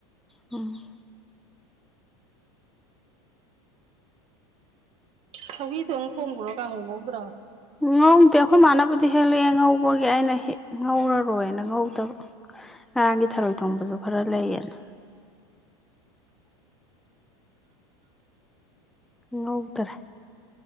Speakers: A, in the centre; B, on the right.
A: ꯎꯝ
B: ꯊꯕꯤꯗꯣꯪ ꯊꯣꯡꯕ꯭ꯔꯣ ꯀꯥꯡꯉꯧ ꯉꯧꯗ꯭ꯔꯥ
A: ꯉꯧꯗꯦ ꯑꯩꯈꯣꯏ ꯃꯥꯅꯕꯨꯗꯤ ꯍꯦꯜꯂꯛꯑꯦ ꯉꯧꯕꯒꯤ ꯑꯩꯅ ꯉꯧꯔꯔꯣꯏꯅ ꯉꯧꯗꯕ ꯉꯔꯥꯡꯒꯤ ꯊꯔꯣꯏ ꯊꯣꯡꯕꯁꯨ ꯈꯔ ꯂꯩꯌꯦꯅ ꯉꯧꯗꯔꯦ